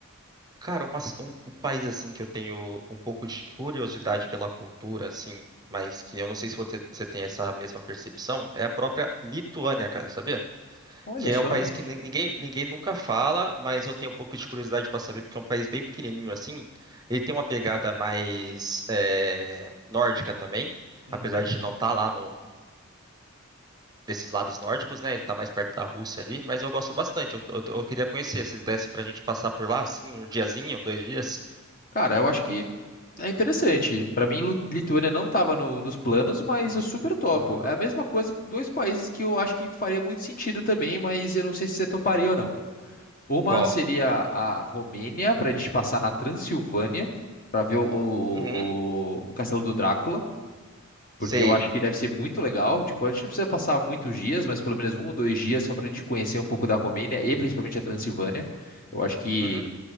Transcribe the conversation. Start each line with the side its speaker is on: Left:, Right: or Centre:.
Right: cara, uma- um, um país assim que eu tenho um pouco de curiosidade pela cultura, assim, mas que eu não sei se você, você tem essa mesma percepção, é a própria Lituânia, cara, sabia?
Left: Olha
Right: Que é
Left: só.
Right: um país que nin- ninguém, ninguém nunca fala, mas eu tenho um pouco de curiosidade para saber, porque é um país bem pequenininho assim. Ele tem uma pegada mais é, nórdica também,
Left: Uhum.
Right: apesar de não estar lá no, desses lados nórdicos, né? Ele tá mais perto da Rússia ali, mas eu gosto bastante. Eu, eu- eu queria conhecer, se desse pra gente passar por lá, assim, um diazinho, dois dias.
Left: Cara, eu acho que É interessante. Para mim, Lu- Lituânia não estava nos planos, mas
Right: Nossa.
Left: eu super topo.
Right: Aham.
Left: É a mesma coisa com dois países que eu acho que faria muito sentido também, mas eu não sei se você toparia ou não. Uma
Right: Qual?
Left: seria a Romênia, para a gente passar na Transilvânia, para ver o, o,
Right: Uhum,
Left: o, o Castelo do Drácula, porque
Right: sei.
Left: eu acho que deve ser muito legal. Tipo, a gente não precisa passar muitos dias, mas pelo menos um ou dois dias só para a gente conhecer um pouco da Romênia e principalmente a Transilvânia. Eu acho que.
Right: Uhum,